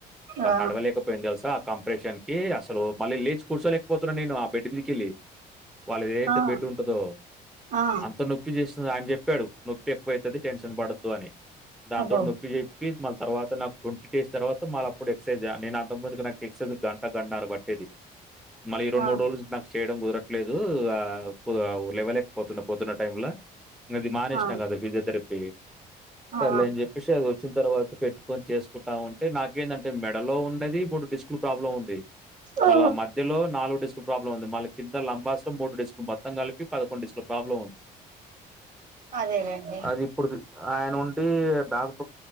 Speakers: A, in the centre; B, on the right.
A: అట్టా
B: ఆ
A: నడవలేక పోయిను తెలుసా కంప్రెషన్ కి అసలు మళ్ళీ లేచి కూర్చోలేకపోతున్నా నేను ఆ బెడ్ మీదకిళ్ళి వాళ్ళది ఏదైతే
B: ఆ
A: బెడ్ ఉంటాదో
B: ఆ
A: అంత నొప్పి చేస్తాద అని చెప్పాడు నొప్పి ఎక్కువ అయితాది టెన్షన్ పడద్దు అని దాంతో
B: అబ్బో
A: తోటి నొప్పి చెప్పి మళ్ళా తర్వాత నాకు ట్వంటీ డేస్ తర్వాత మాళ్ళ అప్పుడు ఎక్సైజ్ నేను అంత ముందు నాకు ఎక్సైజ్ గంట గంటన్నార బట్టేది మరి ఈ రెండు
B: ఆ
A: మూడు రోజులు నాకు చేయ్యడం కుదరదు లేదు ఇగ లేవలేకపోతున్న ప్రోద్దున టైం లో ఇది మానేసి
B: ఆ
A: నాకు అదొ ఫిజియోథెరపీ సర్లే
B: ఆ
A: అని చెప్పేసి అది వచ్చిన తర్వాత పెట్టుకొని చేసుకుంటా ఉంటే నాకు ఏంది అంటే మెడ లో ఉన్నది మూడు డిస్క్లు ప్రాబ్లం ఉంది
B: ఓ
A: మళ్ళా మధ్యలో నాలుగు డిస్క్ లో ప్రాబ్లమ్ ఉంది మళ్ళా కింద లంబాసికమ్ లో మూడు డిస్కులు మొత్తం కలిపి పదకోండు డిస్కుల ప్రాబ్లమ్ ఉంది
B: అదేలేండి
A: అది ఇప్పుడుది ఆయన ఉండి డాక్టర్